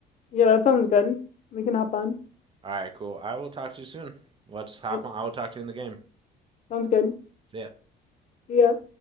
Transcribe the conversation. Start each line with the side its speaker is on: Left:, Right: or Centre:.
Left: Yeah, that sounds good. We can hop on.
Right: All right, cool. I will talk to you soon. Let's hop
Left: Right.
Right: on. I will talk to you in the game.
Left: Sounds good.
Right: See ya.
Left: See ya.